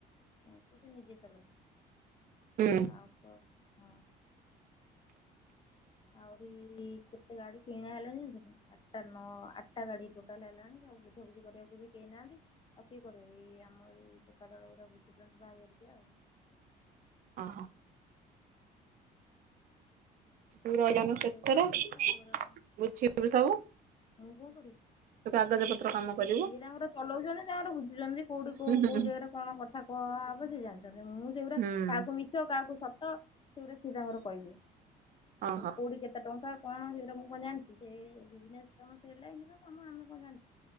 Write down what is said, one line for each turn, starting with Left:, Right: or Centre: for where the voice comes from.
Left: ଏବେ ସେ ନିଜେ ଚଲଉ
Right: ହୁଁ।
Left: <unintelligible> ଆଉରି କେତେ ଗାଡ଼ି କିଣା ହେଲାଣି ଜାଣି--ନା, ଆଟ୍ ଟା ନଅ ଆଟ୍ ଟା ଗାଡ଼ି ଟୋଟାଲେ ହେଲାଣି, ଆଉ ବୁଝାବୁଝି କରିବାକୁ ବି କେହି ନାଆନ୍ତି। ଆଉ କିଏ କରିବ, ଏଇ ଆମ ଏଇ ଟୋକା ଦଳ ଗୁ ବୁଝୁଚନ୍ତି ଭାଇ ହେରିକା ଆଉ।
Right: <inaudible> <unintelligible>
Left: ବୁଝାବୁଝି କରୁଛନ୍ତି ଡ୍ରାଇଭର ତାଙ୍କ ମୁଁ ଙ୍କ କରିବି?
Right: ତୁ କାଗଜ ପତ୍ର କାମ।
Left: ସିଏ
Right: କରିବୁ।
Left: ତାଙ୍କର ଚଲଉଚନ୍ତି, ତାଙ୍କର ବୁଝୁଚନ୍ତି। କଉଠି କଉ
Right: ହୁଁ ହୁଁ
Left: କଉ ଜାଗାର କ'ଣ କଥା କୁ ହବ, ସିଏ ଜାଣିଚନ୍ତି। ମୁଁ ସେଇ ଗୁରା
Right: ହୁଁ
Left: କାହାକୁ ମିଛ ମିଛ କାହାକୁ ସତ, ସେଗୁରା ସିଏ ତା'ଙ୍କର କହିବେ।
Right: <unintelligible>
Left: କଉଠି କେତେ ଟଙ୍କା କ'ଣ ସେଇ ମୁଁ କ'ଣ ଜାଣ୍ଚି, ସେ ବିଜନେସ୍‌ କାମ ସେ ଲାଇନ୍‌ର। <inaudible>